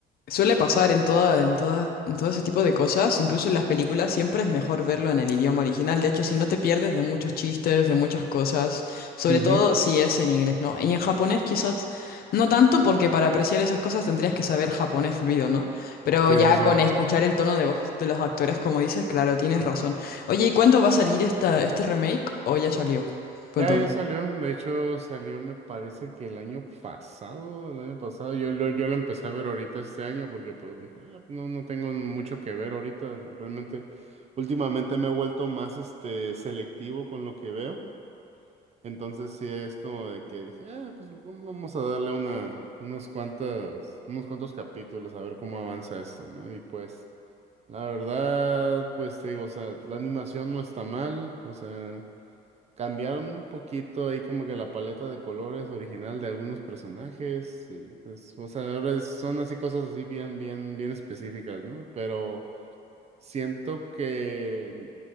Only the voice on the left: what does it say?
Suele pasar en toda, en toda, en todo ese tipo de cosas, incluso en las películas, siempre es mejor verlo en el idioma original. De hecho, si no te pierdes de muchos chistes, de muchas cosas, sobre
todo si es en inglés, ¿no? Y en japonés quizás no tanto, porque para apreciar esas cosas tendrías que saber japonés fluido, ¿no? Pero
ya
con escuchar el tono de voz de los actores, como dices, claro, tienes razón. Oye, ¿y cuándo va a salir esta, este remake? ¿O ya salió? Cuéntame.